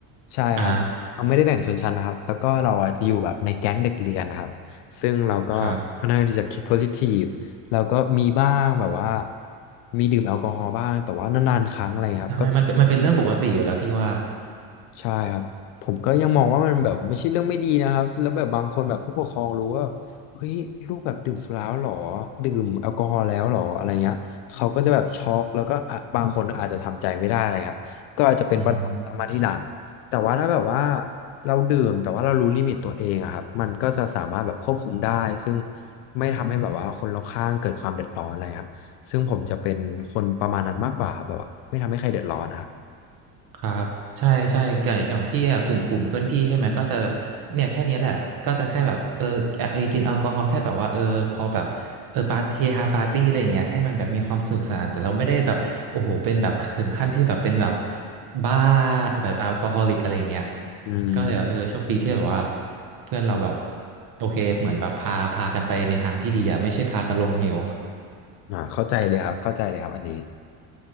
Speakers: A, on the left; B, on the right.
A: ใช่ครับเราไม่ได้แบ่งชนชั้นนะครับแล้วก็เราอะจะอยู่แบบในแก๊งเด็กเรียนนะครับ
B: อ่า
A: ซึ่งเราก็ค่อนข้างที่จะคิดโพซิทีฟแล้วก็มีบ้างแบบว่า
B: ครับ
A: มีดื่มแอลกอฮอล์บ้างแต่ว่านานๆครั้งอะไรครับก็
B: ใช่มันเป็นมันเป็นเรื่องปกติอยู่แล้วพี่ว่า
A: ใช่ครับผมก็ยังมองว่ามันแบบไม่ใช่เรื่องไม่ดีนะครับแล้วแบบบางคนแบบผู้ปกครองรู้ว่าเฮ้ยลูกแบบดื่มสุราแล้วเหรอดื่มแอลกอฮอล์แล้วเหรออะไรเงี้ยเขาก็จะแบบช็อกแล้วก็อ่ะบางคนก็อาจจะทำใจไม่ได้นะครับก็อาจจะเป็นปัญหาตามมาทีหลังแต่ว่าถ้าแบบว่า
B: อืม
A: เราดื่มแต่ว่าเรารู้ลิมิตตัวเองอะครับมันก็จะสามารถแบบควบคุมได้ซึ่งไม่ทำให้แบบว่าคนรอบข้างเกิดความเดือดร้อนอะไรครับซึ่งผมจะเป็นคนประมาณนั้นมากกว่าครับแบบว่าไม่ทำให้ใครเดือดร้อนนะครับ
B: ครับใช่ใช่ไก่อย่างพี่อะกลุ่มกลุ่มเพื่อนพี่ใช่ไหมก็จะเนี่ยแค่เนี้ยแหละก็จะแค่แบบเออเออเอยกินแอลกอฮอล์แค่แบบว่าเออพอแบบเออปาร์ตี้เฮฮาปาร์ตี้อะไรอย่างเงี้ยให้มันแบบมีความสนุกสนานแต่เราไม่ได้แบบโอ้โหเป็นแบบถึงขั้นที่แบบเป็นแบบบ้าแบบแอลกอฮอลิกอะไรอย่างเงี้ย
A: อืม
B: ก็เลยแบบเออโชคดีที่แบบว่าเพื่อนเราแบบโอเคเหมือนแบบพาพากันไปในทางที่ดีอะไม่ใช่พากันลงเหว
A: อ่าเข้าใจเลยครับเข้าใจเลยครับอันนี้